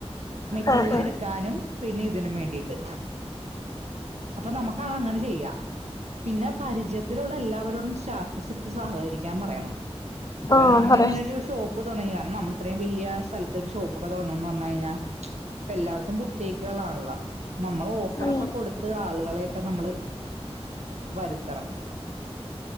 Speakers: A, on the right (about 85°); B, on the left (about 35°).
A: മെറ്റീരിയൽ
B: ആഹ്
A: ക്കാനും നും പിന്നെ ഇതിനും വേണ്ടിട്ട് അപ്പൊ നമുക്ക് അങ്ങനെ ചെയ്യാം പിന്നെ പരിചയത്തിലുള്ള എല്ലാവരോടും സ്റ്റാറ്റസ് ഇട്ട് സഹകരീ ക്ക്യാൻ പറയണം
B: ആഹ്
A: കാരണം
B: ആഹ്
A: നമ്മളിങ്ങനെ
B: പറയാ
A: ഒരു ഷോപ്പ് തുടങ്ങി കാരണം നമ്മള ഇത്രയും വല്യ സ്ഥല ത്തര് ഷോപ്പൊക്കെ തുടങ്ങന്നന്ന് പറഞ്ഞ് കഴിഞ്ഞാ ഇപ്പൊ എല്ലാടത്തും കുട്ടിക്കുകൾ ആണല്ലാ നമ്മൾ ഓഫറൊക്കെ
B: ഉം
A: കൊടു ആളുകളെയൊക്കെ നമ്മള് വരുത്തണം